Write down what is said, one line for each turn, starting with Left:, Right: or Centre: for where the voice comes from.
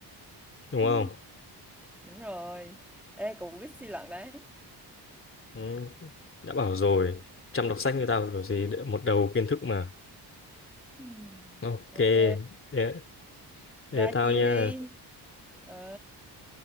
Left: Đúng
Centre: Ừ.
Left: không?
Centre: Đúng rồi. Ê, cũng biết suy luận đấy.
Left: Ừm, đã bảo rồi. Chăm đọc sách như tao kiểu gì đ- một đầu kiến thức mà.
Centre: Ừ.
Left: Ok,
Centre: Ok.
Left: để, để
Centre: Ra
Left: tao
Centre: chiêu
Left: nha.
Centre: đi. Ờ.